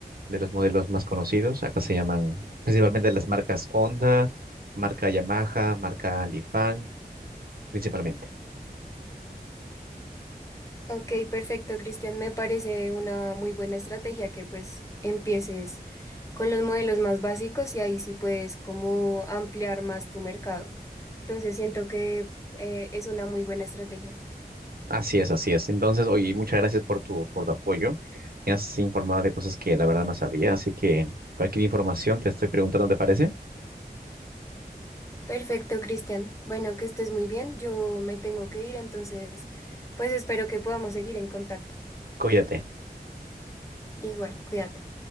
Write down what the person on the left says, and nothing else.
Ok, perfecto, Cristian. Me parece una muy buena estrategia que pues empieces con los modelos más básicos y ahí sí puedes como ampliar más tu mercado. Entonces siento que eh, es una muy buena estrategia.
Perfecto, Cristian. Bueno, que estés muy bien. Yo me tengo que ir, entonces pues espero que podamos seguir en contacto.
Igual, cuídate.